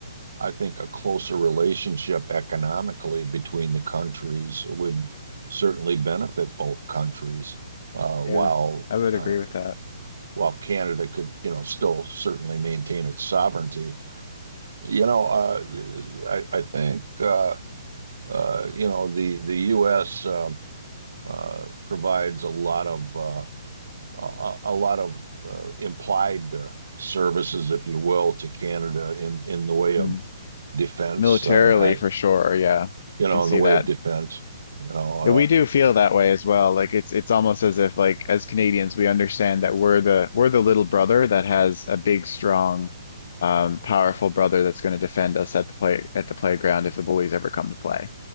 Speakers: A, on the right (about 70°); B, on the left (about 40°).
A: I think a closer relationship economically between the countries would certainly benefit both countries, uh, while
B: yeah I would
A: uh,
B: agree with that
A: while Canada could, you know, still certainly maintain its sovereignty. You know, uh, I, I think uh, uh, you know the the U.S. um uh, uh, provides a lot of uh, a a lot of uh, implied uh, services, if you will, to Canada in in the way
B: mm.
A: of defense.
B: militarily
A: I, I
B: for sure yeah
A: You
B: we
A: know,
B: can see
A: in the way
B: that
A: of defense, you know, uh,
B: Yeah, We do feel that way as well. Like it's it's almost as if like as Canadians we understand that we're the we're the little brother that has a big, strong, um, powerful brother that's going to defend us at the play at the playground if the bullies ever come to play.